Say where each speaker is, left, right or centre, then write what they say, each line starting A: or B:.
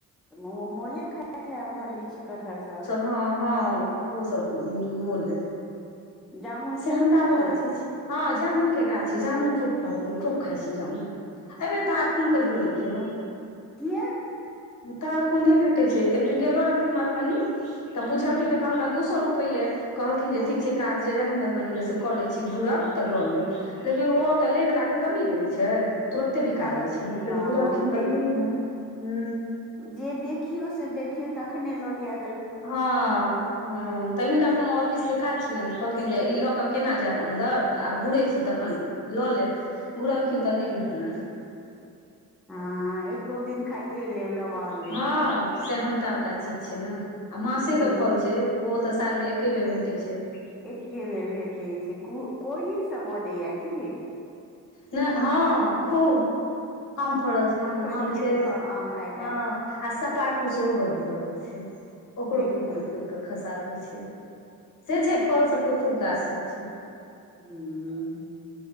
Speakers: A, in the centre; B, on the left (about 55°).
A: त ऽ मो मोले खैइत हैब तहन लीची कटहर सब
B: हऽ हऽ ओ सब मोले
A: जामुन
B: सेहनता
A: खेलौं कि
B: वला
A: नहि
B: चीज हऽ जामुन केँ गाछ छै जामुन खूब फड़ल अय खूब खायई छै जामुन एबे तऽ तारकुन कहियो नै खेलो
A: किए
B: तारकुन नै भेटै छै एकदिन गेलो रहथिन मधुबनी तऽ पुछलखिन
A: हँ
B: तऽ कह कन दू सौ रुपैए कहलखिन जे
A: हँ
B: ठीक छै काज जे रहनि मधुबनी में से कऽ लै छी घुरब तऽ लऽ लेब
A: हँ
B: लेकिन ओ तऽ लै वला कऽ कमी रहै छै तुरते बिका
A: तब
B: जाइ छैन न फेर
A: हँ
B: घुरलखिन
A: ओते
B: तऽ नै
A: बिका
B: है हु
A: जे देखियो से देखियो तखने लऽ लिय
B: हऽ ह तऽ हिनका कोनो ऑफिस केँ काज छनै तऽ कहलखिन जे ई लऽ कऽ केना जैब अन्दर तऽ आब घुरे छी तखन लऽ लेब घुरलखिन तऽ ने भेटलैन
A: आइ एको दिन खाए लेब लबान जैन
B: हँ
A: कऽ
B: सेहनता वला चीज छै न आ मासे
A: हँ
B: केँ फल छै ओहो तऽ साल में एके बेर भेटै छै
A: एके बेर भेटैय छै कोहि सब बजै यऽ की
B: ना हँ खूब आम फरल छै न
A: खोदि
B: आम
A: खोदि
B: छै
A: कऽ आम खाइत
B: हँ
A: हैत
B: आ सपाटू सेहो बड फड़ल छै ओकरो
A: देखिये
B: खूब खोद खोद क खसाबै छै से छै फल सब कऽ खूब गाछ सब छै
A: हू <unintelligible>